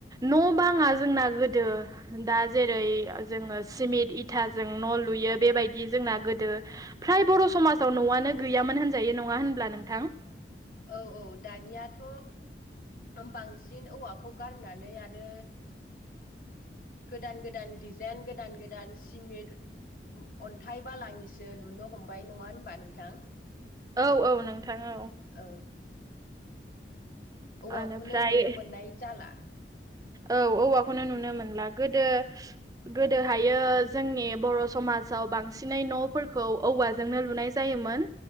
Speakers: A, on the right (about 20°); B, on the left (about 50°).
A: न' बाङा जोंना गोदो दा जेरै जोङो सिमिट इथाजों न' लुयो बेबायदि जोंना गोदो फ्राय बर' समाजाव न'आनो गैयामोन होनजायो नङा होनब्ला नोंथां?
B: औ औ दानियाथ' बांसिन औवाखौ गारनानै आरो गोदान गोदान दिडिजाइन गोदान गोदान सिमेन्ट अन्थाइ बालानिसो लुनो हमबाय नङा होनबा नोंथां
A: औ औ नोंथां औ
B: औ औवाखौनो
A: ओनिफ्राय
B: नुनो मोननाय जाला
A: औ औवाखौनो नुनो मोनला गोदो गोदोहाय जोंनि बर' समाजाव बांसिनै न'फोरखौ औवाजोंनो लुनाय जायोमोन